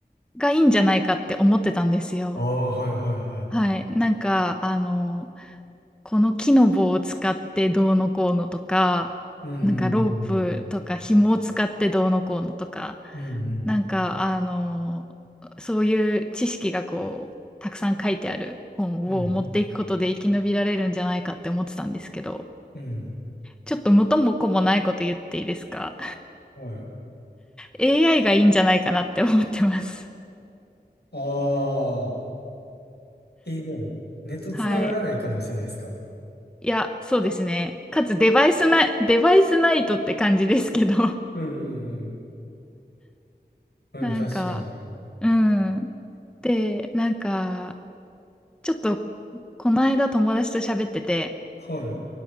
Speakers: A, in the centre; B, on the left.
A: がいいんじゃないかって思ってたんですよ。
B: ああ、はいはいは
A: はい。なんか、あの、この木の棒を使ってどうのこうのとか、
B: い。うんうん
A: なんかロープとか紐を使ってどうのこうのとか、
B: うん
A: なんか、
B: うん。
A: あの、そういう知識がこう、たくさん書いてある本を持っていくことで生き延びられるんじゃないかって思ってたんですけど、
B: うんうんうん。うん。
A: ちょっと元も子もないこと言っていいですか
B: はい。
A: ?AI <laughs> がいいんじゃないかなって思ってます。
B: ああ。えー、でも、ネット繋がらない可能性ないですか
A: <laughs> はい。いや、そうですね。かつデバイスない、デバイスナイトって感じですけど
B: うんうんうん。
A: なんか、
B: うん、確かに。
A: うん。で、なんか、ちょっと、この間友達と喋ってて、
B: はい。